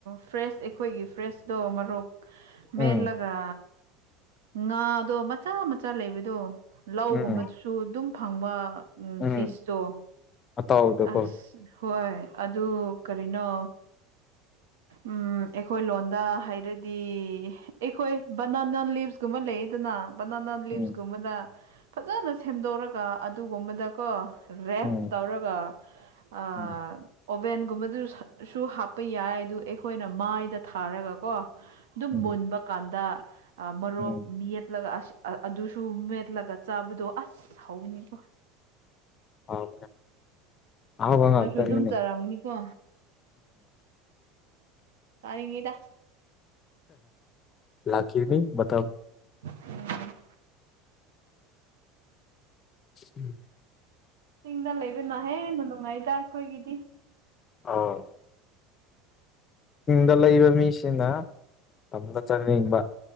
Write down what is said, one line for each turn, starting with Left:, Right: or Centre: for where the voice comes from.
Right: ꯐ꯭ꯔꯦꯁ ꯑꯩꯈꯣꯏꯒꯤ ꯐ꯭ꯔꯦꯁꯇꯣ ꯃꯣꯔꯣꯛ ꯃꯦꯠꯂꯒ
Left: ꯎꯝ
Right: ꯉꯥꯗꯣ ꯃꯆꯥ ꯃꯆꯥ ꯂꯩꯕꯗꯣ ꯂꯧꯒꯨꯝꯕꯗꯨꯁꯨ
Left: ꯎꯝ
Right: ꯑꯗꯨꯝ ꯐꯪꯕ ꯎ
Left: ꯎꯝ
Right: ꯐꯤꯁꯇꯣ
Left: ꯑꯇꯥꯎꯕꯗꯀꯣ
Right: ꯑꯁ ꯍꯣꯏ ꯑꯗꯨ ꯀꯔꯤꯅꯣ ꯎꯝ ꯑꯩꯈꯣꯏ ꯂꯣꯟꯗ ꯍꯥꯏꯔ ꯗꯤ ꯑꯩꯈꯣꯏ ꯕꯅꯥꯅꯥ ꯂꯤꯞꯁꯀꯨꯝꯕ ꯂꯩꯗꯅ ꯕꯅꯥꯅꯥ ꯂꯤꯞꯁꯀꯨꯝꯕꯗ
Left: ꯎꯝ
Right: ꯐꯖꯅ ꯁꯦꯝꯗꯧꯔꯒ ꯑꯗꯨꯒꯨꯝꯕꯗꯀꯣ ꯔꯦꯞ
Left: ꯎꯝ
Right: ꯇꯧꯔꯒ ꯑꯣꯚꯦꯟꯒꯨꯝꯕꯗꯨ
Left: ꯎꯝ
Right: ꯁꯨ ꯍꯥꯞꯄ ꯌꯥꯏ ꯑꯗꯨ ꯑꯩꯈꯣꯏꯅ ꯃꯥꯏꯗ ꯊꯥꯔꯒꯀꯣ ꯑꯗꯨꯝ
Left: ꯎꯝ
Right: ꯃꯨꯟꯕ ꯀꯥꯟꯗ ꯃꯔꯣꯛ
Left: ꯎꯝ
Right: ꯃꯠꯂꯒ ꯑꯁ ꯑꯗꯨꯁꯨ ꯃꯦꯠꯂꯒ ꯆꯥꯕꯗꯣ ꯑꯁ ꯍꯧꯋꯤꯅꯤꯀꯣ
Left: ꯑꯥꯎ ꯑꯥꯎꯉ
Right: ꯅꯣꯏꯁꯨ ꯑꯗꯨꯝ
Left: ꯎꯝ
Right: ꯆꯥꯔꯝꯒꯅꯤꯀꯣ ꯇꯅꯤꯡꯉꯤꯗ
Left: ꯂꯀꯅꯤ ꯃꯊ
Right: ꯎꯝ
Left: ꯎꯝ
Right: ꯆꯤꯡꯗ ꯂꯩꯕꯅꯍꯦꯟꯅꯅꯨꯡ ꯅꯨꯡꯉꯥꯏꯗ ꯑꯩꯈꯣꯏꯒꯤꯗꯤ
Left: ꯑꯥꯎ ꯗꯂ ꯏꯕ ꯃꯤꯁꯤꯅ ꯇꯝꯗ ꯆꯠꯅꯤꯡꯕ